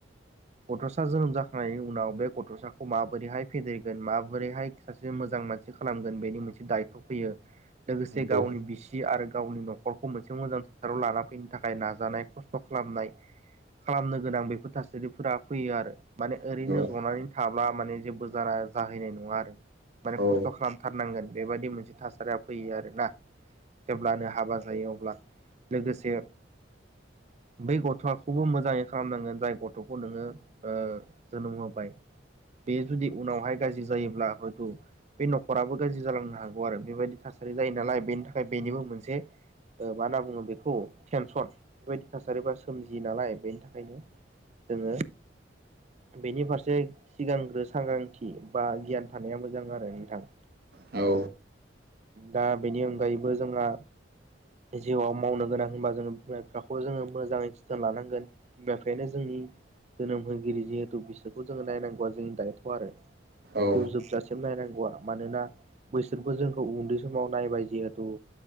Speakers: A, on the right; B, on the right.
A: गथ'सा जोनोम जाखांनायनि उनाव बे गथ'साखौ माबोरैहाय फेदेरगोन माबोरैहाय सासे मोजां मानसि खालामगोन बेनि मोनसे दायथ' फैयो लोगोसे
B: नंगौ
A: गावनि बिसि आरो गावनि न'खरखौ मोनसे मोजां थासाराव लाना फैनो थाखाय थाखाय नाजानाय खस्थ' खालामनाय खालामनो गोनां बेफोर थासारिफोरा फैयो आरो माने
B: नंगौ
A: ओरैनो जनानै थाब्ला माने जेबो जाना जाहैनाय नङा आरो माने
B: औ
A: खस्थ' खालामथारनांगोन बेबायदि मोनसे थासारिया फैयो आरोना जेब्लानो हाबा जायो अब्ला लोगोसे बै गथ'खौबो मोजाङै खालामनांगोन जाय गथ'खौ नोङो जोनोम होबाय बे जुदि उनावहाय गाज्रि जायोब्ला हयथ' बे न'खराबो गाज्रि जालांनो हागौ आरो बेबायदि थासारि जायो नालाय बेनि थाखाय बेनिबो मोनसे मा होनना बुङो बेखौ टेनसन बेबायदि थासारिफ्रा सोमजियो नालाय बेनि थाखायनो जोङो बेनि फारसे सिगांग्रो सांग्रांथि बा गियान थानाया मोजां आरो नोंथां
B: औ
A: दा बेनि अनगायैबो जोंहा जिउआव मावनो गोनां होनबा जोङो बिफाखौ जोङो मोजाङै जोथोन लानांगोन बिमफ्रायनो जोंनि जोनोम होगिरि जिहेथु बिसोरखौ जोङो नायनांगौआ जोंनि दायथ' आरो जिउ
B: औ
A: जोबजासि सिम नायनांगौ आरो मानोना बैसोरबो जोंखौ उन्दै समाव नायबाय जिहेथु